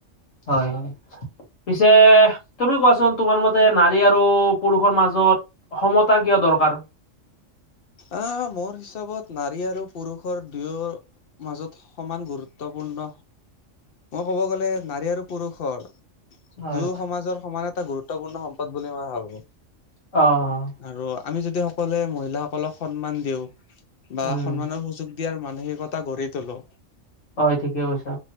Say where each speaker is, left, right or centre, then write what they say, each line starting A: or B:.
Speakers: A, on the left; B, on the left.
A: হয় হয় পিছে। তুমি কোৱাচোন তোমাৰ মতে নাৰী আৰু পুৰুষৰ মাজত সমতা কিয় দৰকাৰ?
B: আহ মোৰ হিচাপত নাৰী আৰু পুৰুষৰ দুয়ো মাজত সমান গুৰুত্বপূৰ্ণ মই ক'ব গ'লে নাৰী আৰু পুৰুষৰ
A: হয়
B: দুয়ো সমাজৰ সমান এটা গুৰুত্বপূৰ্ণ সম্পদ বুলি মই ভাবো।
A: অঁ।
B: আৰু আমি যদি সকলোৱে মহিলাসকলক সন্মান দিওঁ বা
A: উম
B: সন্মানৰ সুযোগ এতিয়াৰ মানসিকতা গঢ়ি তোলোঁ।
A: হয়, ঠিকে কৈছা!